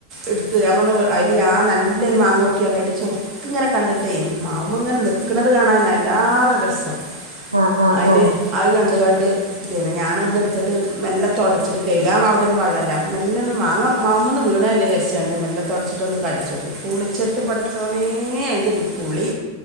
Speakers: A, on the right; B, on the right.
A: എടുത്ത് നമ്മന്ന് അയിലി ആ നല്ലൊരു മാങ്ങ നോക്കിയ അതിന്റെ ചൊറുക്ക ഇങ്ങനെ കണ്ടിട്ടേ മാവിൻമേൽ ഇങ്ങനെ നിൽക്കുന്നത് കാണൻ അതിലേറെ രസം
B: ആഹ് ആഹ്
A: അതില്
B: ആഹ്
A: അത് കണ്ട് ക ണ്ട്. പിന്നെ ഞാനൊന്ന് എടുത്തിട്ട് മെല്ലേ തൊടച്ചിട്ട് കഴുകാൻ അവിടെങ്ങും വെള്ളവില്ല. മെല്ല ഒന്ന് മാങ്ങാ ന്ന് മേല് വീണ അല്ലേന്ന് വിചാരിച്ച് കണ്ട് മെല്ലെ തുടച്ചിട്ടൊന്ന് കടിച്ച് നോക്കി. പുളിച്ചിട്ട് പടച്ചവനേ അതിന്റെ ഒരു ഇത് പുളി